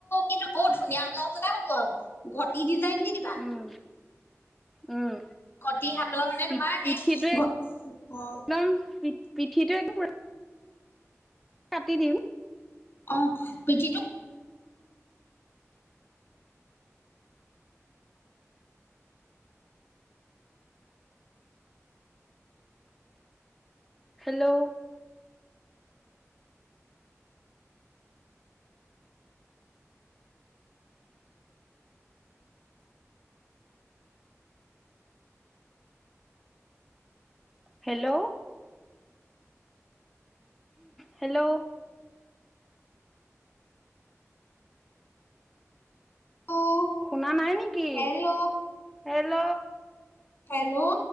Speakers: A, on the left (about 50°); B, in the centre.
A: কিন্তু বৰ ধুনীয়া ব্লাউজ এটা হব আকো, ঘটি ডিজাইন দি দিবা।
B: উম'। উম,
A: ঘটি হাতৰ মানে
B: পি-পিঠিটো
A: তোমাৰ সেই ঘ
B: এক
A: অ
B: একদম পি পিঠিটো একদম পোৰা কাটি দিম।
A: অ পিঠিটো
B: হেল্ল' হেলো! হেলো!
A: <unintelligible>
B: শুনা নাই নেকি,
A: হেল্ল'
B: হেল্ল'?
A: হেল্ল'